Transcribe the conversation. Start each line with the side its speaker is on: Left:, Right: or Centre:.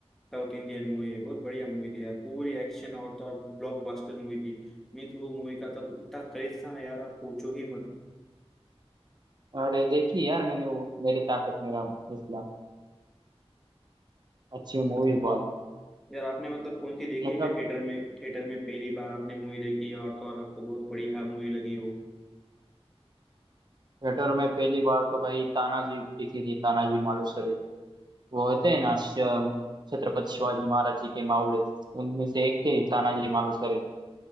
Centre: साउथ इंडियन मूवी है बहुत बढ़िया मूवी थी यार पूरी एक्शन और तो अब ब्लॉकबस्टर मूवी थी मीन्स वो मूवी का तब इतना क्रेज था ना यार आप पूछो ही मत
Right: अरे देखी यार मैंने वो मेरी ताकत मेरा फैसला अच्छी मूवी
Centre: मतलब-
Right: बहुत
Centre: यार आपने मतलब कौन सी देखी
Right: मतलब
Centre: है क्या थिएटर में थिएटर में पहली बार आपने मूवी देखी है और तो और आपको बहुत बढ़िया मूवी लगी हो
Right: थिएटर में पहली बार तो भाई तानाजी दिखी थी तानाजी मालुसरे वो होते हैं ना श- छत्रपति शिवाजी महाराज जी के मावले उनमें से एक थे तानाजी मालुसरे